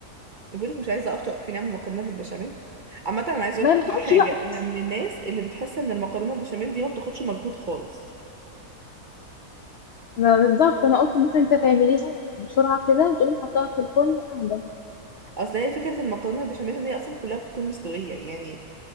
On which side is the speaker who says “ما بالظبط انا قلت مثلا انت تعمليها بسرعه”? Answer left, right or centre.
Left